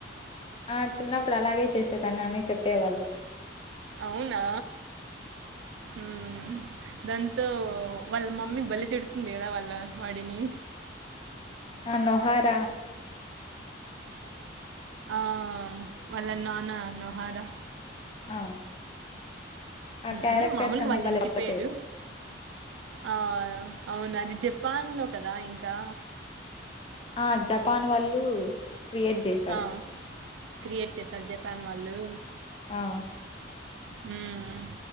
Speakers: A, on the left; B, on the right.
A: ఆ చిన్నప్పుడు అలాగే చేసేదాని అని చెప్పేవాళ్ళు
B: అవునా మ్మ్ దాంతో వాళ్ళ మమ్మీ బలే తిడుతుంది కదా వాళ్ళ వాడిని
A: ఆ నొహర
B: ఆ వాళ్ళ నాన్న నొహార
A: ఆ ఆ క్యారెక్టర్స్
B: అంటే మామూలుకి
A: అన్నీ
B: వాళ్ళ
A: భలే
B: ఇంటి
A: కొత్త
B: పేరు
A: పేర్లు.
B: ఆ అవును అది చెప్ తుపాన్లో కదా ఇంకా
A: ఆ జపాన్ వాళ్ళు క్రియేట్ చేశారు
B: ఆ! క్రియేట్ చేశారు జపాన్ వాళ్ళు
A: ఆ
B: మ్మ్